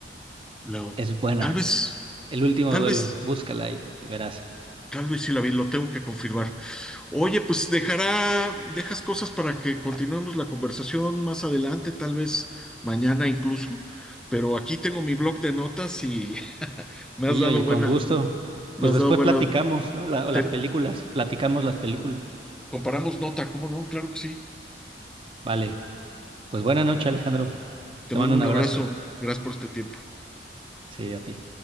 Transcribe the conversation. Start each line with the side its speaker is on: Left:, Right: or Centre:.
Centre: la-
Right: Es buena.
Centre: tal vez,
Right: El último
Centre: tal
Right: duelo,
Centre: vez,
Right: búscala y y verás.
Centre: tal vez sí la vi, lo tengo que confirmar. Oye, pues dejará, dejas cosas para que continuemos la conversación más adelante, tal vez mañana incluso, pero aquí tengo mi blog de notas y <laughs> me
Right: Sí,
Centre: has dado
Right: oye,
Centre: buena,
Right: con gusto.
Centre: me
Right: Pues
Centre: has
Right: después
Centre: dado buena,
Right: platicamos, ¿no? La- o
Centre: ten-
Right: las películas, platicamos las películas.
Centre: comparamos nota, ¿cómo no? Claro que sí.
Right: Vale, pues buena noche, Alejandro.
Centre: Te
Right: Te
Centre: mando
Right: mando un
Centre: un
Right: abrazo.
Centre: abrazo, gracias por este tiempo.
Right: Sí, a ti.